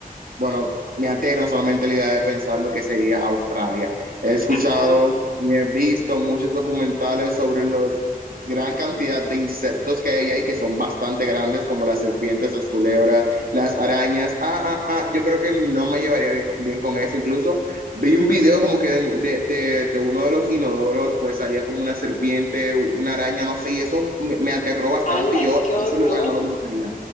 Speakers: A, on the right; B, on the left.
A: bueno, me aterra solamente la idea de pensar lo que sería Australia. He escuchado
B: Ah,
A: y he visto muchos documentales sobre los gran cantidad de insectos que hay ahí que son bastante grandes, como las serpientes, las culebras, las arañas. Ah, ah, ah, yo creo que no me llevaría bi- bien con eso. Incluso vi un video como que de, de, de uno de los inodoros, pues salía como una serpiente, una araña, no sé, y eso me, me aterró bastante
B: ala,
A: y yo
B: qué horror.
A: ese lugar no lo visitaría.